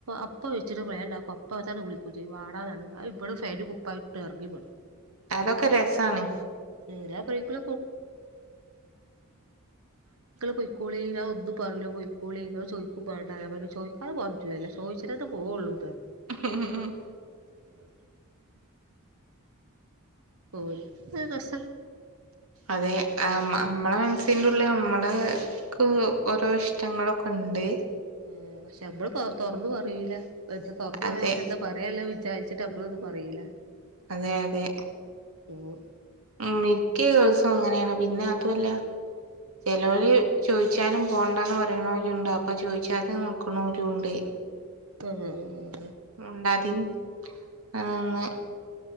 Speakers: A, on the right; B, on the right.
A: അപ്പ വെച്ചിട്ട് പോയിട്ടേയ് ഉണ്ടാകും അപ്പത്തന്നെ വിളി വിളിക്കുകയും വാടാ ആ ഇവിടെന്ന് പാന്റും കുപ്പായിട്ട് ഇറങ്ങി ഇവിടന്ന്
B: അതൊക്കെ രസാണ്.
A: <unintelligible> ആ, നിങ്ങൾ പൊയ് ക്കോളി ഒന്നും പറൂല്ല. പൊയ് ക്കോളി ഇന്നോട് ചോദിക്കും വണ്ട ഞാൻ ചോ അത് കുഴപ്പമില്ല. ചോദിച്ചിട്ട് ന്നേ പോവള്ളൂ.
B: ഉ ഉ <unintelligible>
A: അ <inaudible> <unintelligible>
B: അതെ നമ്മളെ മനസ്സിന്റെ ഉള്ളിൽ നമ്മളെ നമ്മൾക്കു ഓരോ ഇഷ്ടങ്ങളൊക്കെ ഉണ്ട്.
A: ആ പക്ഷേ നമ്മൾ തുറന്നു പറയുല. എ, തുറന്ന്
B: അതെ
A: പറഞ്ഞ ഒരേ എന്താ പറയ വിചാരിച്ചിട്ട് നമ്മൾ ഒന്നും പറയില്ല.
B: അതെ അതെ
A: ഉം
B: മിക്ക ദിവസം അങ്ങനെയാണ്. പിന്നെ അതുല്ല. ചേലോൽ ചോദിച്ചാനും പോണ്ടന്ന് പറയാന്നൊല് ണ്ട്. അപ്പൊ ചോദിച്ചാതെ നിക്കാണലും ഉണ്ട്.
A: ആ. <unintelligible>
B: മിണ്ടാതെ നിന്ന്.